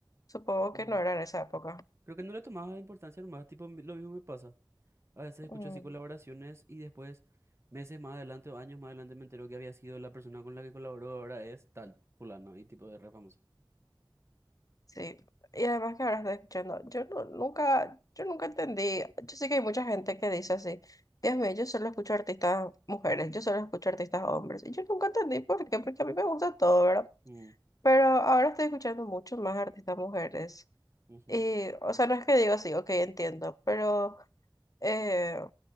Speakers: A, on the left (about 45°); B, on the right (about 30°).
A: Supongo
B: Sí.
A: que no era en esa época.
B: Creo que no le tomaba importancia nomás, tipo, mi- lo mismo me pasa. A veces escucho
A: Mm.
B: así colaboraciones y después, meses más adelante o años más adelante, me entero que había sido la persona con la que colaboró, ahora es tal, fulano, y tipo de re famoso.
A: Sí, y además que ahora estoy escuchando, yo no, nunca, yo nunca entendí, yo sé que hay mucha gente que dice así, Dios mío, yo solo escucho artistas mujeres, yo solo escucho artistas hombres, y yo nunca entendí por qué, porque a mí me gusta todo, ¿verdad?
B: Mm,
A: Pero ahora estoy escuchando mucho más artistas mujeres,
B: ujú,
A: y, o sea, no es que digo así, ok, entiendo, pero eh,